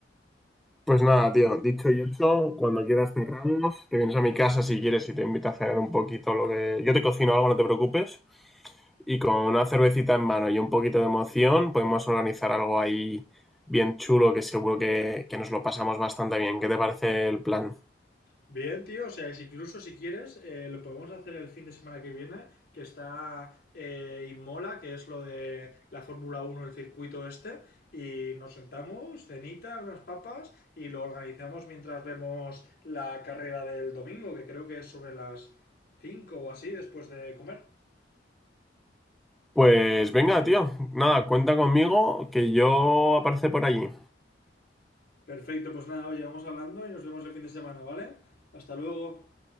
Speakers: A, in the centre; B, on the left.
A: Pues nada, tío, dicho y hecho, cuando quieras cerramos, te vienes a mi casa si quieres y te invito a cenar un poquito lo que... Yo te cocino algo, no te preocupes, y con una cervecita en mano y un poquito de emoción podemos organizar algo ahí bien chulo que seguro que, que nos lo pasamos bastante bien. ¿Qué te parece el plan?
B: Bien, tío, o sea, es incluso si quieres, eh, lo podemos hacer el fin de semana que viene, que está eh, Inmola, que es lo de la Fórmula Uno el circuito este, y nos sentamos, cenita, unas papas, y lo organizamos mientras vemos la carrera del domingo, que creo que es sobre las 5 o así, después de comer.
A: Pues venga, tío, nada, cuenta conmigo que yo aparece por allí.
B: Perfecto, pues nada, oye, vamos hablando y nos vemos el fin de semana, ¿vale? Hasta luego.